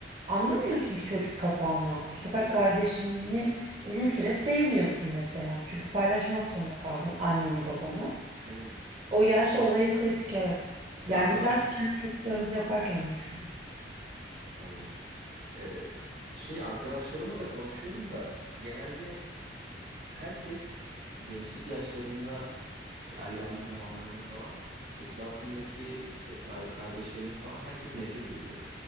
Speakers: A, on the right (about 35°); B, on the right (about 70°).
A: anlamıyorsun ki çocuk kafanla. Bu sefer
B: E tabii.
A: kardeşini uzun süre sevmiyorsun mesela. Çünkü paylaşmak zorunda kaldın anneni babanı.
B: Evet.
A: O yaş olayı kritik evet. Yani
B: Ya arkadaş
A: biz artık kendi çocuklarımızı
B: pardon.
A: yaparken onu düşünüyoruz.
B: Pardon. Ee, şey arkadaşlarımla da konuşuyorum da genelde herkes gençlik yaşlarında işte ergenlik zamanlarında falan etrafındaki işte sahibi kardeşlerini falan herkes nefret ediyor.